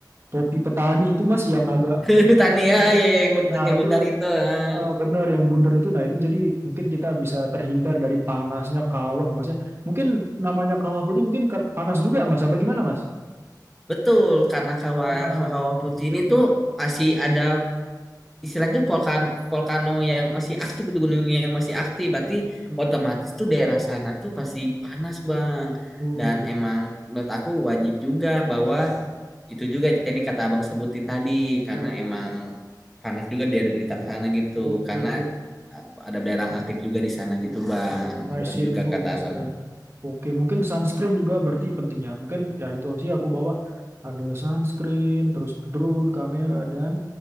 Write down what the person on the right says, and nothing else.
Topi petani itu Mas yang agak
Oh.
Nah, itu
Heeh, bener yang bundar itu nah itu jadi mungkin kita bisa terhindar dari panasnya kawah mas ya mungkin namanya kawah putih mungkin ker- panas juga mas apa gimana mas
ah
gitu
gitu gitu
ya, ya,
ya.
oke
oke
Oke,
nice
info
Mas
Rian. Oke, mungkin sunscreen juga berarti penting ya. Mungkin ya itu sih aku bawa ada sunscreen, terus drone, kamera dan